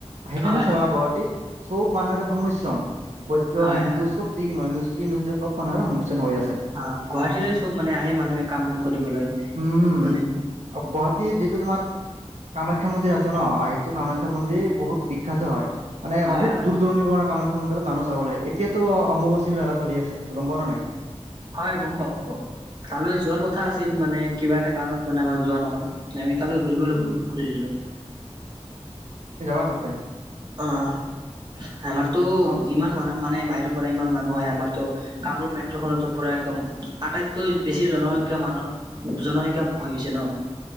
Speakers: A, on the right; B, on the right.
A: সেইকাৰণে
B: হয়
A: চাবা
B: হয়
A: গুৱাহাটীত চব মানুহৰে সংমিশ্ৰণ বৈদ্ধ,
B: হয়
A: হিন্দু
B: হয়।
A: চব যি মুছলিম সব মানুহে সংমিশ্ৰণ। হৈ আছে।
B: অঁ গুৱাহাটীলৈ চব মানে আহে মানুহে কাম বোৰ কৰিবলৈ
A: উম,
B: মানে
A: গুৱাহাটীৰ যিটো তোমাৰ কামাখ্যা মন্দিৰ আছে ন সটো কামাখ্যা মন্দিৰ বহুত বিখ্যাত হয়। মান
B: হয়
A: বহুত
B: হয়
A: দূৰ দূৰণিৰৰণ পৰা কামাখ্যা মন্দিৰত মানুহ চাব আহে এতিয়াতো অম্বুবচী মেলা চলিআছে গ'ম পাও নাই?
B: হয় গম পাও গম পাও তালৈ যোৱাৰ কথা আছিল মানে কিবা এটা কাৰণত মানে আমাৰ যোৱা নহল আমি তালৈ ঘূবলৈ
A: উম,
B: খুজিছিলো
A: যাবা তাতে।
B: অঁ আমাৰতো
A: অ
B: যিমান মা মানে বাহিৰৰ পৰা ইমান মানুহ হয় আমাৰতো কামৰূপ মেট্ৰ' খনত পুৰা একদম আটাইতকৈ বেছি জনসংখ্যা মানুহ জনসংখ্যা হৈ গৈছে ন